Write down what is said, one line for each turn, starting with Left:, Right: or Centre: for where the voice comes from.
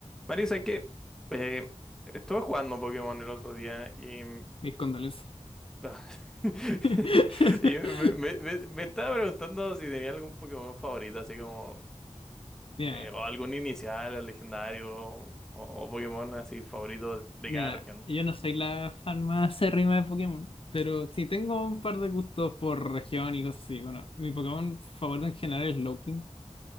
Centre: Marisa, es que eh, estuve jugando Pokémon el otro día y,
Left: Mis condolencias.
Centre: ah, <laughs>
Left: <laughs>
Centre: y me, me- me- me estaba preguntando si tenía algún Pokémon favorito, así como
Left: Mira,
Centre: eh, o algún inicial, o legendario, o, o Pokémon así favorito de
Left: mira,
Centre: cada región.
Left: yo no soy la fan más acérrima de Pokémon, pero sí tengo un par de gustos por región y cosas así. Bueno, mi Pokémon favorito en general es Loking.